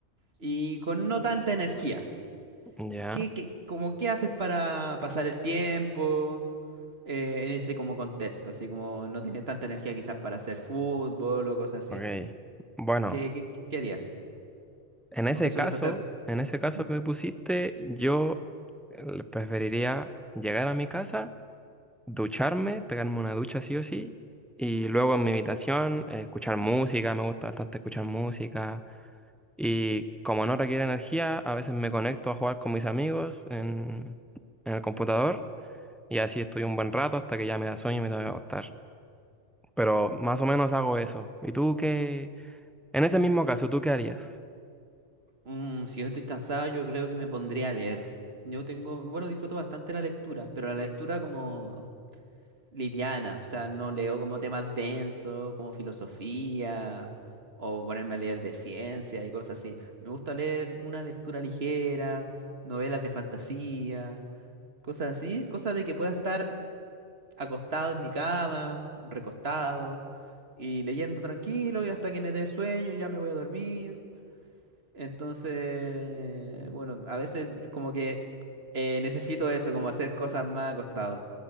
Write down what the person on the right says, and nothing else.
y con no tanta energía.
¿Qué, qué, como, qué haces para pasar el tiempo eh, en ese como contexto? Así como no tienes tanta energía quizás para hacer fútbol o cosas así.
¿Qué, qué, qué harías?
¿O qué sueles
hacer?
Ujú.
Mm, si yo estoy cansado, yo creo que me pondría a leer. Yo tengo, bueno, disfruto bastante la lectura, pero la lectura como liviana, o sea, no leo como temas densos, como filosofía, o ponerme a leer de ciencia y cosas así. Me gusta leer una lectura ligera, novelas de fantasía, cosas así, cosas de que pueda estar acostado en mi cama, recostado, y leyendo tranquilo y hasta que me dé sueño, y ya me voy a dormir. Entonces, bueno, a veces como que eh, necesito eso, como hacer cosas más acostado.